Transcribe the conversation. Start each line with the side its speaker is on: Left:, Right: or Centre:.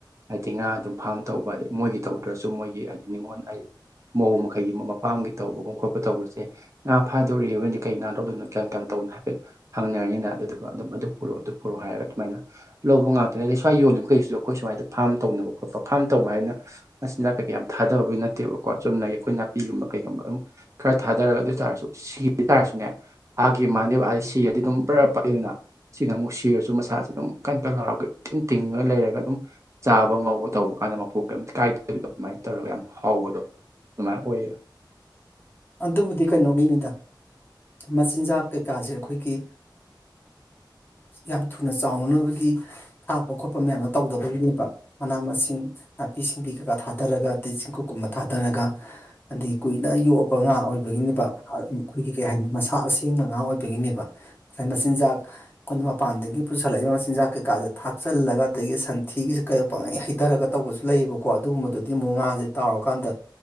Right: ꯍꯥꯏꯗꯤ ꯉꯥ ꯑꯗꯨꯝ ꯐꯥꯝ ꯇꯧꯕ ꯑꯗꯩ ꯃꯣꯏꯒꯤ ꯇꯧꯗ꯭ꯔꯁꯨ ꯃꯣꯏꯒꯤ ꯍꯥꯏꯗꯤ ꯅꯤꯉꯣꯟ ꯑꯩ ꯃꯧ ꯃꯈꯩꯒꯤ ꯃꯄꯥꯝꯒꯤ ꯇꯧꯕꯒꯨꯝ ꯈꯣꯠꯄ ꯇꯧꯕꯁꯦ ꯉꯥ ꯐꯥꯗꯣꯔꯤ‌ ꯑꯩꯈꫭꯏ ꯀꯩ ꯉꯥ ꯂꯧꯗꫭꯏꯅꯣ ꯀꯌꯥꯝ ꯀꯌꯥꯝ ꯇꯧꯅꯣ ꯍꯥꯏꯐꯦꯠ ꯍꯪꯅꯔꯅꯤꯗ ꯑꯗꯨꯗꯨꯒ ꯑꯗꯨꯝ ꯑꯗꯨ ꯄꯨꯔꯛꯑꯣ ꯑꯗꯨ ꯄꯨꯔꯛꯑꯣ ꯍꯥꯏꯔꯒ ꯑꯗꯨꯃꯥꯏꯅ ꯂꯧꯕ ꯉꯥꯛꯇꯅꯦ ꯑꯗꯩ ꯁ꯭ꯋꯥꯏ ꯌꯣꯜꯂꯤꯕꯈꯩꯁꯨ ꯑꯩꯈꯣꯏ ꯁꯨꯃꯥꯏꯗ ꯐꯥꯝ ꯇꯧꯅꯕ ꯈꯣꯠꯄ ꯐꯥꯔꯝ ꯇꯧꯕ ꯍꯥꯏꯅ ꯃꯆꯤꯟꯖꯥꯛ ꯀꯩꯀ ꯌꯥꯝ ꯊꯥꯗꯕꯕꯨ ꯅꯠꯇꯦꯕꯀꯣ ꯆꯨꯝꯅꯒꯤ ꯑꯩꯈꯣꯏ ꯅꯥꯄꯤꯒꯨꯝꯕ ꯀꯩ ꯑꯗꯨꯝ ꯈꯔ ꯊꯥꯗꯔꯒ ꯑꯗꯨ ꯑꯣꯏꯇꯥꯔꯁꯨ ꯁꯤꯒꯤꯇꯥꯥꯔꯁꯨꯅꯦ ꯑꯥꯒꯤ ꯃꯥꯅꯦ ꯁꯤꯔꯗꯤ ꯑꯗꯨꯝ ꯕꯔꯥ ꯄꯠꯂꯤꯗꯅ ꯁꯤꯅ ꯑꯃꯨꯛ ꯁꯤꯔꯁꯨ ꯃꯁꯁꯦ ꯑꯗꯨꯝ ꯀꯟ ꯀꯟ ꯂꯥꯎꯔꯒ ꯏꯇꯤꯡ ꯇꯤꯡꯉꯥ ꯂꯩꯔꯒ ꯑꯗꯨꯝ ꯆꯥꯕ ꯉꯧꯕ ꯇꯧꯕ ꯀꯥꯟꯗ ꯃꯄꯨ ꯀꯩꯝꯇ ꯀꯥꯏꯗꯕꯤꯗꯣ ꯑꯗꯨꯃꯥꯏꯅ ꯇꯧꯔꯒ ꯌꯥꯝ ꯍꯥꯎꯕꯗꯣ ꯑꯗꯨꯃꯥꯏꯅ ꯑꯣꯏꯌꯦ
Left: ꯑꯗꯨꯕꯨꯗꯤ ꯀꯩꯅꯣꯒꯤꯅꯤꯗ ꯃꯆꯤꯟꯖꯥꯛ ꯀꯩꯀꯥꯖꯦ ꯑꯩꯈꯣꯏꯒꯤ ꯌꯥꯝ ꯊꯨꯅ ꯆꯥꯎꯅꯅꯕꯒꯤ ꯊꯥꯛꯄ ꯈꯣꯠꯄ ꯃꯌꯥꯝꯗꯣ ꯇꯧꯗꯕꯒꯤꯅꯦꯕ ꯃꯅꯥ ꯃꯁꯤꯡ ꯅꯥꯄꯤ ꯁꯤꯡꯕꯤ ꯀꯩꯀꯥ ꯊꯥꯗꯔꯒ ꯑꯇꯩ ꯆꯤꯡꯀꯨꯞ ꯀꯨꯝꯕ ꯊꯥꯗꯔꯒ ꯑꯗꯩ ꯀꯣꯏꯅ ꯌꯣꯛ ꯉꯥ ꯑꯣꯏꯕꯒꯤꯅꯦꯕ ꯑꯩꯈꯣꯏꯒꯤ ꯀꯩ ꯍꯥꯏꯅꯤ ꯃꯁꯥ ꯑꯁꯦꯡꯕ ꯉꯥ ꯑꯣꯏꯕꯒꯤꯅꯦꯕ ꯉꯁꯥꯏ ꯃꯆꯤꯟꯖꯥꯛ ꯑꯩꯈꯣꯏꯅ ꯃꯄꯥꯟꯗꯒꯤ ꯄꯨꯁꯜꯂꯛꯏꯕ ꯃꯆꯤꯟꯖꯥꯛ ꯀꯩꯀꯥꯁꯦ ꯊꯥꯛꯆꯜꯂꯒ ꯑꯗꯒꯤ ꯁꯟꯊꯤꯒꯥ ꯁꯦ ꯀꯩꯅꫭ ꯄꯪꯉꯩ ꯍꯩꯗꯔꯒ ꯇꯧꯕꯁꯨ ꯂꯩꯌꯦꯕꯀꯣ ꯑꯗꯨꯒꯨꯝꯕꯗꯨꯗꯤ ꯑꯃꯨꯛ ꯉꯥꯁꯦ ꯇꯥꯎꯔꯀꯥꯟꯗ